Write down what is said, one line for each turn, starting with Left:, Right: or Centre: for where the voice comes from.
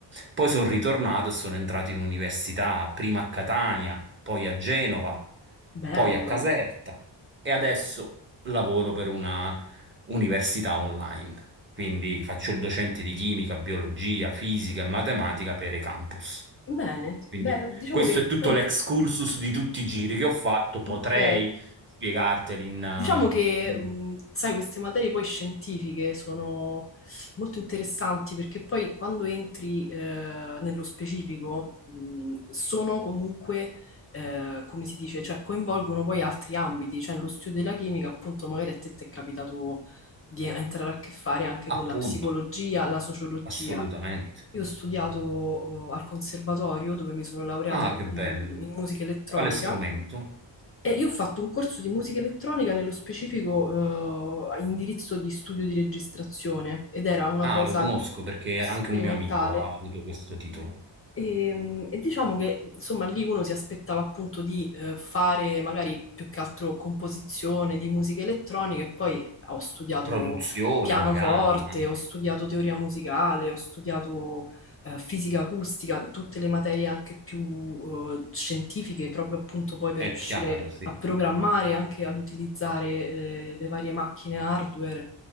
Right: Poi sono ritornato e sono entrato in università, prima a Catania, poi a Genova,
Left: bello.
Right: poi a Caserta e adesso lavoro per una università online. Quindi faccio il docente di chimica, biologia, fisica e matematica per i campus.
Left: Bene,
Right: Quindi
Left: beh, diciamo
Right: questo
Left: che
Right: è
Left: stai...
Right: tutto l'excursus di tutti i giri che ho fatto, potrei
Left: Ok,
Right: spiegarteli in eh,
Left: Diciamo che,
Right: in-
Left: mh, sai, queste materie poi scientifiche sono molto interessanti perché poi quando entri eh, nello specifico mh, sono comunque, eh, come si dice, cioè coinvolgono poi altri ambiti, cioè nello studio della chimica appunto magari a te ti è capitato di entrare a che fare anche
Right: appunto.
Left: con la psicologia, la sociologia.
Right: Assolutamente.
Left: Io ho studiato eh, al conservatorio dove mi sono laureata
Right: Ah,
Left: in
Right: che bello.
Left: in- in musica elettronica
Right: Quale strumento?
Left: eh, io ho fatto un corso di musica elettronica, nello specifico, eh, a indirizzo di studio di registrazione ed era una
Right: Ah,
Left: cosa
Right: lo conosco perché
Left: sperimentale
Right: anche un mio amico ha avuto questo titolo.
Left: e, e diciamo che insomma lì uno si aspettava appunto di eh, fare magari più che altro composizione di musica elettronica e poi ah, ho studiato
Right: Produzione,
Left: pianoforte,
Right: magari, anche.
Left: ho studiato teoria musicale, ho studiato eh, fisica acustica, tutte le materie anche più eh, scientifiche proprio appunto poi per
Right: È
Left: riuscire
Right: chiaro, sì.
Left: a programmare e anche ad utilizzare eh, le varie macchine hardware